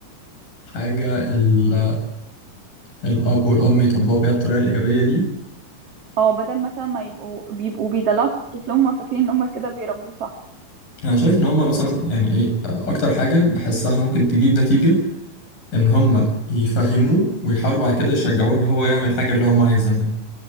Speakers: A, on the left; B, on the right.
A: حاجة ال... الاب والام يطبقوا بيها الطريقة الإيجابية دي
B: اه بدل مثلا ما يبقوا بيبقوا بيدلعوا طفلهم هما فاكرين ان هم كده بيربوه صح
A: انا شايف ان هما مثلا يعني ايه اكتر حاجة بحسها ممكن تجيب نتيجة ان هم يفهموه ويحاولوا بعد كده يشجعوه ان هو يعمل الحاجه اللي هم عايزينها